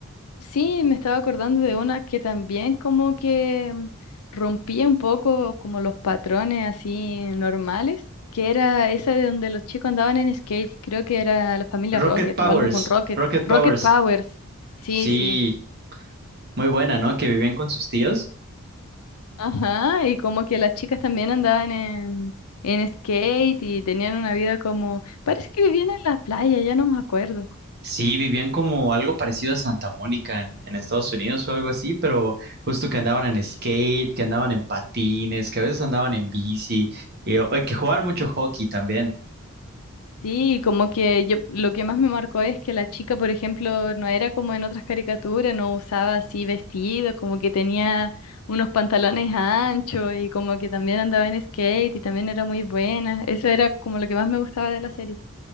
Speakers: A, on the left; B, on the right.
A: sí me estaba acordando de una que también como que mm, rompía un poco como los patrones así normales, que era esa de donde los chicos andaban en skate, creo que era la familia
B: Rocket
A: Rocket
B: Powers,
A: o algo con Rocket,
B: Rocket
A: Rocket
B: Powers.
A: Powers, sí,
B: Sí,
A: sí,
B: Muy buena, ¿no? Que vivían con sus tíos.
A: ajá, y como que las chicas también andaban en, en skate y tenían una vida como, parece que vivían en la playa, ya no me acuerdo.
B: Sí, vivían como algo parecido a Santa Mónica en, en Estados Unidos o algo así, pero justo que andaban en skate, que andaban en patines, que a veces andaban en bici, y, o- y que jugaban mucho hockey también.
A: Sí, como que yo lo que más me marcó es que la chica, por ejemplo, no era como en otras caricaturas, no usaba así vestido, como que tenía unos pantalones anchos y como que también andaba en skate y también era muy buena. Eso era como lo que más me gustaba de la serie.